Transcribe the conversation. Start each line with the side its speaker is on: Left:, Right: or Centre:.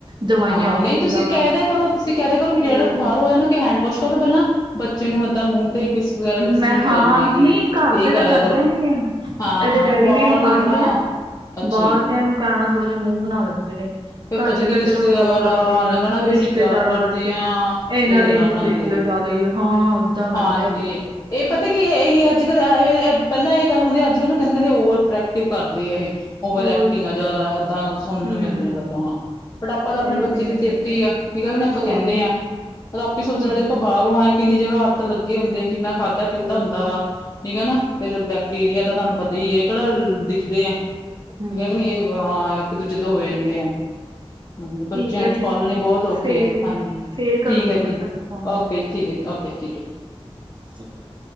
Right: ਦਵਾਈਆਂ
Left: ਹਾਂ
Right: ਉਹ
Left: ਨਹੀਂ
Right: ਪੀਂਦਾ
Left: ਤੁਸੀਂ
Right: ਵਾ
Left: ਕਹਿ ਦਿਆ ਕਰੋ, ਤੁਸੀਂ ਕਹਿ ਦਿਆ ਕਰੋ ਵੀ ਜਿਹੜਾ
Right: ਹੋਰ
Left: ਕੋਈ ਬਾਹਰੋਂ
Right: ਕੀ
Left: ਆਏ ਉਹਨੂੰ ਕੇ ਹੈਂਡ ਵੋਸ਼ ਇਹ ਤੋਂ ਪਹਿਲਾਂ ਬੱਚੇ ਐਦਾਂ ਮੂੰਹ ਤੇ ਕਿਸ ਵਗੈਰਾ ਕਿਸੇ
Right: ਮੈਂ
Left: ਨੇ ਨੀ
Right: ਹਾਂ
Left: ਕਰਨੀ ਹੈਗੀ
Right: ਨਹੀਂ ਘਰ
Left: ਇਹ
Right: ਦੇ
Left: ਕਹਿ
Right: ਤਾਂ
Left: ਦਿਆ
Right: ਕਰਦੇ
Left: ਕਰੋ
Right: ਹੀ ਨੇ,
Left: ਹਾਂ
Right: ਇਹਦੇ ਡੈਡੀ
Left: ਬਾਹਰ
Right: ਵੀ
Left: ਦੇ
Right: ਆਉਣਗੇ
Left: ਨੇ
Right: ਨਾ।
Left: ਅੱਛਾ
Right: ਬਾਹਰਦਿਆਂ
Left: ਜੀ
Right: ਨੂੰ ਕਹਿਣਾ ਥੋੜ੍ਹਾ ਜਿਹਾ ਮੂੰਹ ਬਣਾ ਲੈਂਦੇ ਨੇ,
Left: ਫਿਰ
Right: ਘਰ
Left: ਪਤਾ
Right: ਦੇ
Left: ਕੀ
Right: ਤਾਂ
Left: ਰਿਸ਼ਤੇਦਾਰ
Right: ਚਲੋ ਫੋਲੋ ਕਰਦੇ ਹੀ ਆ,
Left: ਨੇ ਕਹਿਣਾ ਵੀ
Right: ਰਿਸ਼ਤੇਦਾਰਾਂ
Left: ਅਸੀਂ ਪਿਆਰ ਕਰਦੇ
Right: ਵਰਗੈ
Left: ਹਾਂ
Right: ਇਹਨਾਂ
Left: ਇਹ ਗੱਲਾਂ
Right: ਦੀ ਨੂੰਹ
Left: ਬਣਾਉਂਦੇ
Right: ਦੇਖ ਲਿਓ ਜ਼ਿਆਦਾ ਹੀ, ਹਾਂ ਤਾਂ ਖਾਂਦੇ
Left: ਹਾਂਜੀ
Right: ਆ ਫੇਰ
Left: ਇਹ ਪਤਾ ਕੀ ਇਹੀ ਅੱਜ -ਕੱਲ ਇਹ ਪਹਿਲਾਂ ਇਹ ਗੱਲ ਹੁੰਦੀ ਐ, ਅੱਜ -ਕੱਲ ਨੂੰ ਕਹਿੰਦੇ ਕਹਿੰਦੇ ਓਵਰ ਪ੍ਰੈਕਟਿਵ ਕਰ ਰਹੀ ਹੈ ਇਹੇ। ਓਵਰ
Right: ਹੋਰ
Left: ਐਕਟਿੰਗ
Right: ਕੀ
Left: ਆ ਜ਼ਿਆਦਾ, ਏਦਾਂ ਸੁਣਨ
Right: ਹੂੰ
Left: ਨੂੰ ਮਿਲਦੀਆਂ ਗੱਲਾਂ। ਬਟ ਆਪਾਂ ਤਾਂ ਆਪਣੇ
Right: ਇਹ
Left: ਬੱਚੇ
Right: ਤੇ
Left: ਲਈ
Right: ਹੈਗਾ
Left: ਸੇਫਟੀ ਆ, ਠੀਕ ਆ ਵੀ ਨੀ ਆਪਾਂ
Right: ਹੋਰ
Left: ਕਹਿੰਦੇ
Right: ਕੀ
Left: ਹਾਂ, ਪਰ ਆਪੇ ਸੋਚਣਾ
Right: ਹਾਂਜੀ
Left: ਚਾਹੀਦਾ ਆਪਾਂ ਬਾਹਰੋਂ ਆਏ ਕਿੰਨੀ ਜਗ੍ਹਾ ਹੱਥ ਲੱਗੇ ਹੁੰਦੇ ਕਿੰਨਾ ਖਾਧਾ ਪੀਤਾ
Right: ਹੋਰ
Left: ਹੁੰਦਾ
Right: ਕੀ
Left: ਵਾ, ਠੀਕ ਹੈ ਨਾ। ਫੇਰ ਬੈਕਟੀਰੀਆ
Right: ਹਾਂਜੀ
Left: ਤਾਂ ਤੁਹਾਨੂੰ ਪਤਾ ਏ ਕਿਹੜਾ ਦਿਖਦੇ ਆ। <unintelligible>
Right: ਹੂੰ
Left: ਇੱਕ ਦੂਜੇ ਤੋਂ ਹੋਏ ਜਾਂਦੇ ਆ। ਹਾਂ ਬੱਚਿਆਂ
Right: ਠੀਕ ਹੈ ਜੀ
Left: ਪਾਲਣੇ ਬਹੁਤ ਔਖੇ
Right: ਫੇਰ
Left: ਆ, ਹਾਂਜੀ
Right: ਫੇਰ ਕਰੂੰਗੀ
Left: ਠੀਕ ਏ
Right: ਮੈਂ
Left: ਜੀ
Right: ਤੁਹਾਨੂੰ ਫੋਨ
Left: ਓਕੇ ਜੀ ਠੀਕ ਏ ਜੀ। ਓਕੇ ਠੀਕ ਏ।
Right: <unintelligible>